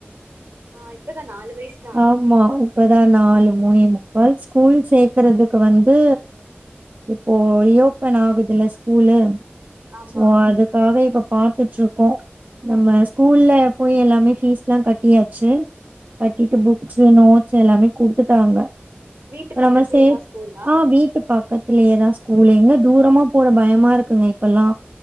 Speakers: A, on the right; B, on the right.
A: ஆ இப்பதா நாலு வயசு
B: ஆமா இப்பதா நாலு மூனே முக்கால் ஸ்கூல் சேக்கறதுக்கு வந்து இப்போ இஓபன் ஆகுதுல ஸ்கூலு
A: ஆமா
B: சோ அது க்காக இப்ப பாத்துட்ருக்கோ நம்ம ஸ்கூல்ல போய் எல்லாமே ஃபீஸ்லா கட்டியாச்சி பீக்கு
A: ம்
B: புக்ஸு நோட்ஸு எல்லாமே குடுத்துட்டாங்க
A: வீட்டு பக்கத்துலயேதா
B: நம்ம சேத்
A: ஸ்கூலா
B: ஆ வீட்டு பக்கத்துலயேதா ஸ்கூல எங்க தூரமா போட பயமா இருக்குங்க இப்பெல்லா